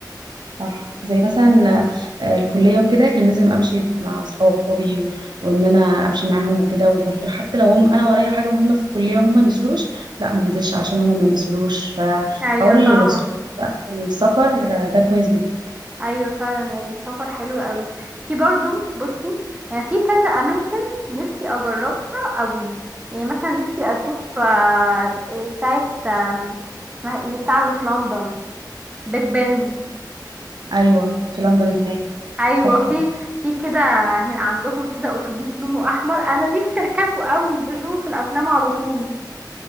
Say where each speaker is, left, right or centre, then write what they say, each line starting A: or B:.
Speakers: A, on the right (about 75°); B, on the right (about 15°).
A: صح زي مثلا آه، الكلية وكده كان لازم أمشي مع أصحابي و- وإن أنا أمشي معاهم وكده وحتى لو هم أنا ورايا حاجة مهمة في الكلية وهم ما نزلوش لا ما انزلش عشان هم ما نزلوش فحوار
B: ايوه
A: الصحاب
B: فاهمه
A: بقى في السفر آه، ده كويس جدا
B: ايوه فعلا السفر حلو قوي في برضو بصي يعني في كذا اماكن نفسي اجربها قوي يعني مثلا نفسي اشوف آه، ساعه آم، اسمها ايه ساعه اللي في لندن بيج بن
A: أيوة في لندن هناك
B: ايوه
A: تحفة
B: في في كده هن- عندهم كده اتوبيس لونه احمر انا نفسي اركبه قوي بشوفه في الافلام على طول